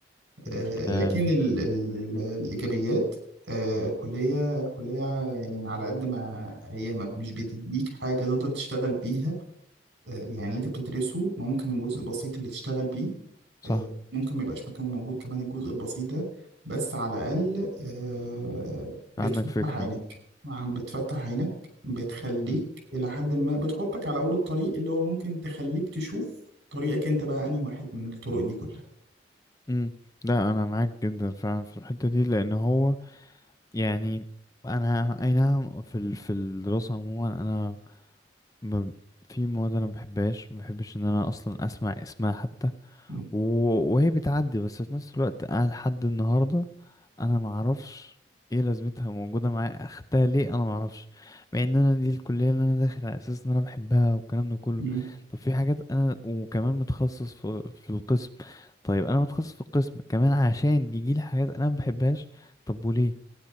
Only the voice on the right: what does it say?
آه، لكن
ال ال الإيجابيات آه، الكلية الكلية يعني على قد ما هي ما مش بتديك حاجة تقدر تشتغل بيها آه، يعني اللي انت بتدرسه ممكن جزء بسيط اللي تشتغل بيه
آه، ممكن ما يبقاش مكان موجود كمان الجزء البسيط ده بس على الأقل آه، بتفتح
عينك عم بتفتح عينك بتخليك
إلى حد ما بتحطك على أول الطريق اللي هو ممكن تخليك تشوف طريقك أنت بقى أنهي واحد من الطرق دي كلها
م-
م-